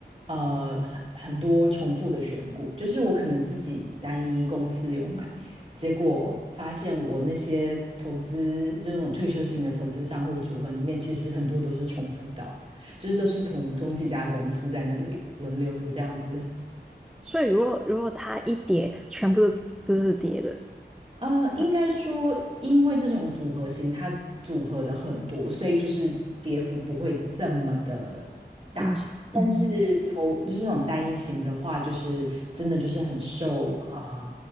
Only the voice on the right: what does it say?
呃很很多重复的选股，就是我可能自己单一公司有买，结果发现我那些投资这种退休型的投资账户组合里面，其实很多都是重复到的，就是都是同同几家公司在那里轮流的这样子
呃，应该说，
因为这种组合型，它组合的很多，所以就是跌幅不会这么的大。
但是投就是那种单一型的话，就是真的就是很受啊、